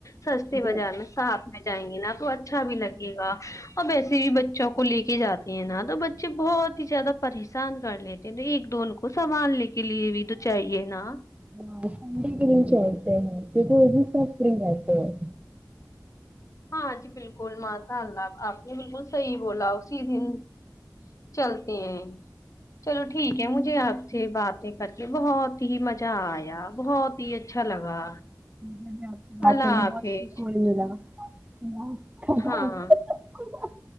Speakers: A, on the left; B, on the right.
A: سستی
B: بل-
A: بازار میں صاف جائیں گے نا تو اچھا بھی لگے گا اور ویسے بھی بچوں کو لے کے جاتے ہیں نا تو بچے بہت ہی زیادہ پریشان کر لیتے ہیں تو ایک دون کو سنبھالنے کے لیے بھی تو چاہیے نا
B: ہاں سنڈ کرن چلتے ہے تو سا کرتے ہے
A: ہاں جی بالکل ماساء اللہ آپ نے بالکل صحیح بولا اسی دن چلتے ہیں چلو ٹھیک ہے مجھے آپ سے باتیں کر کے بہت ہی مزہ آیا بہت ہی اچھا لگا
B: میں نے آپ کی بات
A: اللہ
B: کر بھی
A: حافظ
B: بہت سکون ملا لیکن
A: ہاں
B: ہ ا